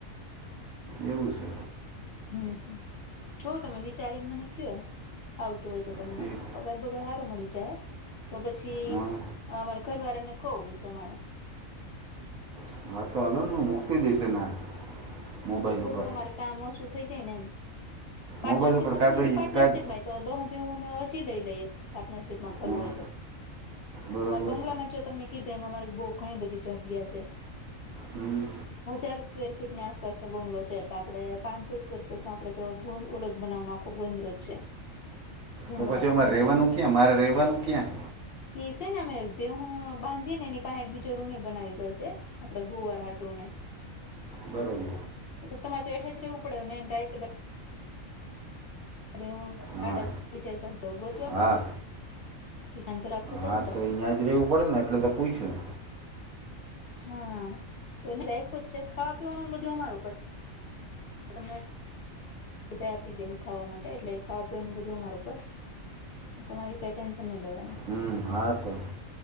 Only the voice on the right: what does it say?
એવું છે
ઠીક.
હા
<unintelligible> મોબાઈલ
ઉપર
મોબાઈલ ઉપર કાગળિયે
કાગ
હા
બરાબર
હમ.
તો પછી
અમારે રેવાનું ક્યાં મારે રેવાનું ક્યાં
બરોબર
હા
હા
હા
તો અહીંયા જ રહેવું પડે ને એટલે તો પૂછ્યું
હમ્મ હા તો